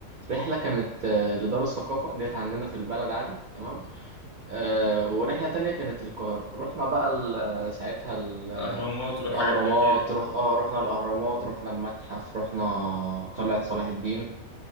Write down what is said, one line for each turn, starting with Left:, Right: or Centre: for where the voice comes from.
Right: رحلة كانت آه، لدار الثقافة ديت عندنا في البلد عادي تمام آه، ورحلة تانية كانت القاهرة رحنا بقى ال- ساعتها ال-
Left: الأهرامات والحاجات
Right: الأهرامات
Left: دي أكيد
Right: رح... آه رحنا الأهرامات رحنا المتحف رحنا قلعة صلاح الدين